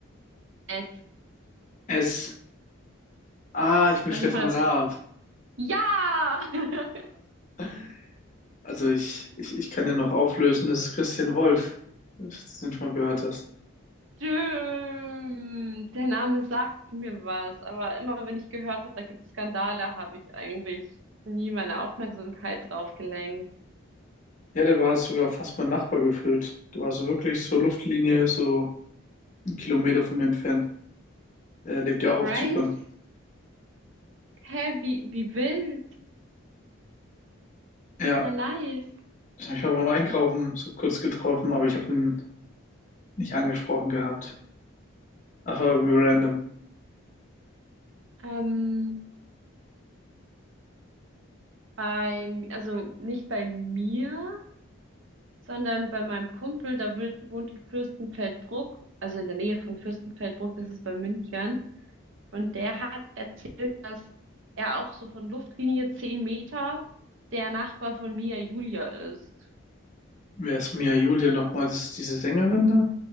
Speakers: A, on the right; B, on the left.
A: Es,
B: S. Ah, ich bin
A: also
B: Stefan
A: von der,
B: Raab.
A: ja! <laughs>
B: <laughs> Also ich, ich, ich kann dir noch auflösen, das ist Christian Wolf, falls du das nicht schon mal gehört hast.
A: Stimmt, der Name sagt mir was, aber immer wenn ich gehört habe, da gibt es Skandale, habe ich eigentlich nie meine Aufmerksamkeit drauf gelenkt.
B: Ja, der war sogar fast mein Nachbar gefühlt. Der war so wirklich so Luftlinie, so einen Kilometer von mir entfernt. Er lebt ja
A: Crazy?
B: auch auf Zypern.
A: Hä, wie, wie wild?
B: Ja,
A: Ja, nice.
B: ich habe ich mal beim Einkaufen so kurz getroffen, aber ich habe ihn nicht angesprochen gehabt. Einfach irgendwie random.
A: Ähm, beim, also nicht bei mir, sondern bei meinem Kumpel, der wo- wohnt in Fürstenfeldbruck, also in der Nähe von Fürstenfeldbruck, das ist bei München. Und der hat erzählt, dass er auch so von Luftlinie 10 Meter der Nachbar von Mia Julia ist.
B: Wer ist Mia Julia nochmal? Das ist diese Sängerin da?